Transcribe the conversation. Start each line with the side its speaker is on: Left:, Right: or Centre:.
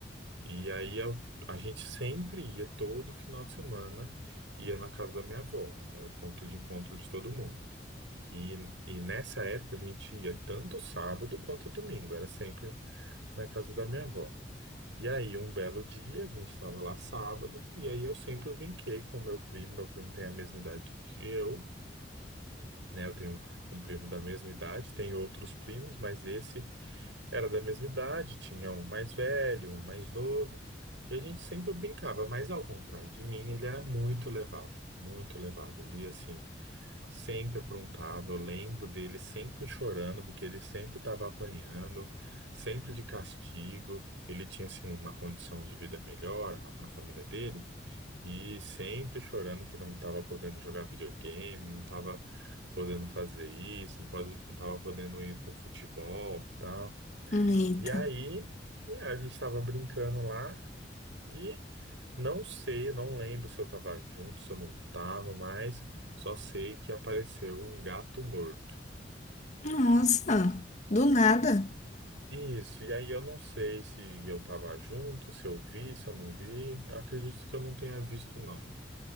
Right: E aí eu- a gente sempre ia, todo final de semana, ia na casa da minha avó. Era o ponto de encontro de todo mundo. E, e nessa época a gente ia tanto sábado quanto domingo, era sempre na casa da minha avó. E aí, um belo dia, a gente estava lá sábado, e aí eu sempre brinquei com o meu primo. Meu primo tem a mesma idade que eu, né? Eu tenho um primo da mesma idade, tenho outros primos, mas esse era da mesma idade, tinha um mais velho, um mais novo, e a gente sempre brincava, mas ao contrário de mim, ele era muito levado, muito levado. Ele, assim, Sempre aprontava, eu lembro dele sempre chorando, porque ele sempre estava apanhando, sempre de castigo. Ele tinha assim uma condição de vida melhor, a, a família dele, e sempre chorando que não estava podendo jogar videogame, não estava podendo fazer isso, não pode, não estava podendo ir pro futebol, tal.
Left: Eita.
Right: E aí, é, a gente estava brincando lá. E não sei, não lembro se eu estava junto, se eu não estava, mas só sei que apareceu um gato morto.
Left: Nossa, do nada.
Right: Isso, e aí eu não sei se eu estava junto, se eu vi, se eu não vi. Eu acredito que eu não tenha visto, não.